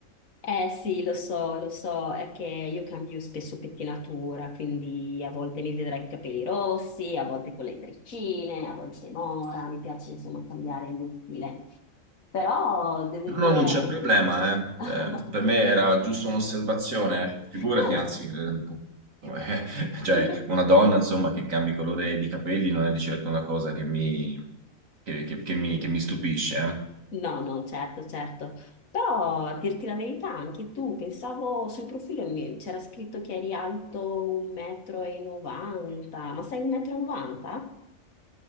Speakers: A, on the left; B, on the right.
A: Eh sì, lo so, lo so, è che io cambio spesso pettinatura, quindi a volte mi vedrai con i capelli rossi, a volte con le treccine, a volte mora, mi piace insomma cambiare il mio stile. Però devo
B: No,
A: dire...
B: no, non c'è problema, eh.
A: <laughs>
B: Cioè, per me era giusto un'osservazione, figurati,
A: No, no.
B: anzi, eh, come- <laughs> cioè,
A: <laughs>
B: una donna, insomma, che cambi colore di capelli non è di certo una cosa che mi, che, che- che mi, che mi stupisce, eh.
A: No, no, certo, certo. Però a dirti la verità, anche tu, pensavo sul profilo mi- c'era scritto che eri alto 1,90 m, ma sei 1,90 m?